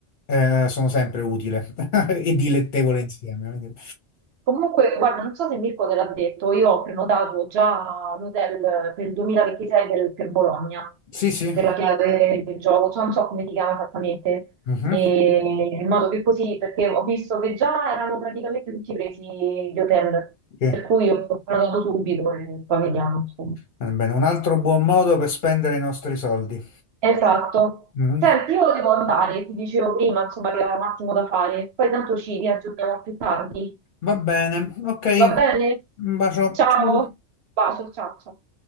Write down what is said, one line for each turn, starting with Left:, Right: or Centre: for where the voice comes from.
Left: eh, sono sempre utile <laughs> e dilettevole insieme. quindi-
Right: Comunque, guarda, non so se Mirko te l'ha detto, io ho prenotato già un hotel per il 2026 per, per Bologna,
Left: Sì, sì.
Right: per la chiave del gioco, cioè non so come si chiama esattamente,
Left: Mhm.
Right: e in modo che così, perché ho visto che già erano praticamente tutti presi gli hotel,
Left: Sì.
Right: per cui ho prenotato subito e poi vediamo, insomma.
Left: Va bene, un altro buon modo per spendere i nostri soldi.
Right: Esatto.
Left: Mm?
Right: Senti, io devo andare, ti dicevo prima, insomma, che ho un attimo da fare. Poi tanto ci riaggiorniamo più tardi.
Left: Va bene, ok.
Right: Va bene?
Left: Un bacio.
Right: Ciao.
Left: Ciao.
Right: Bacio, ciao, ciao.